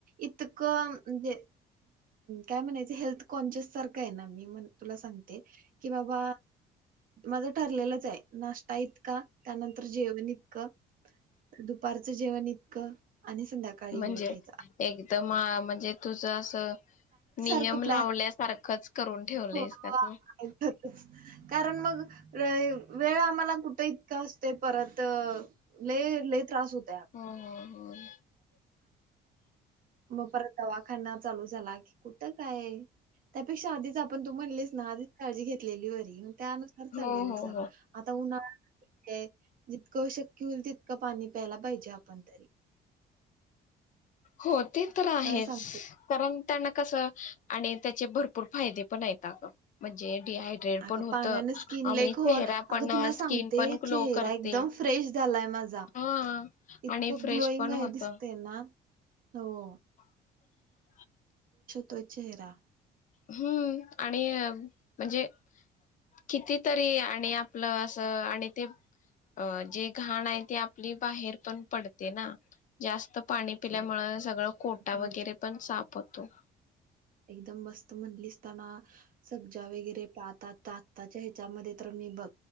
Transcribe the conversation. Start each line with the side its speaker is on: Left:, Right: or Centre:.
Right: इतकं म्हणजे काय म्हणायचं हेल्थ कॉन्शिस सारखं आहे ना मी म्हण तुला सांग ते कि बाबा माझं ठरलेलंच आहे नाश्ता इतका, त्यानंतर जेवण इतकं, दुपारचं जेवण इतकं. आणि संध्याकाळी
Left: म्हणजे
Right: एवढं खायचं
Left: एकदम आ मन. ए तूजं असं. नियम
Right: सारखं
Left: लावल्यासारखंच.
Right: प्लॅन
Left: करून ठेवलेस
Right: हो
Left: का
Right: आहे
Left: तू?
Right: कारण मग वेळ, वेळ आम्हाला कुठ इतका असतंय परत लई-लई त्रास होत्
Left: हम्-हम्-हम्
Right: मग परत दवाखाना चालू झाला की कुठं काय, त्यापेक्षा आधीच आपण तू म्हणलीस ना आधीच काळजी घेतलेली बरी. मन् त्यानुसार चाललेय
Left: हो हो
Right: बघ स.
Left: हो
Right: आता उन्हा कय, जितकं शक्य होईल तितकं पाणी प्यायला पाहिजे आपण तरी.
Left: होत् ते तर आहेच,
Right: काय सांगते
Left: कारण त्यांना कसं आणि त्याचे भरपूर फायदे पण एत आगं, म्हणजे डिहायड्रेट
Right: आगं
Left: पण होत
Right: पाण्याने
Left: आणि
Right: स्किन लाई खोर,
Left: चेहरा पण
Right: आगं तुला
Left: स्किन
Right: सांगते
Left: पण ग्लो
Right: चेहरा
Left: करते
Right: एकदम फ्रेश झालाय माझा.
Left: हा
Right: इतकं
Left: आणि फ्रेश
Right: ग्लोईंग
Left: पण होत
Right: आय दिसतंय ना हो
Left: <unintelligible>
Right: तो चेहरा
Left: हम्म, आणि म्हणजे किती तरी आणि आपलं असं आणि ते अ जे घाण आहे ते आपली बाहेर पण पडते ना. जास्त पाणी पिल्यामुळं सगळं कोटा
Right: हा
Left: वगैरे पण साप पतो
Right: एकदम मस्त म्हणलीस तना सब्जा वगैरे पाताता आताच्या ह्याच्यामध्ये तर मी बघ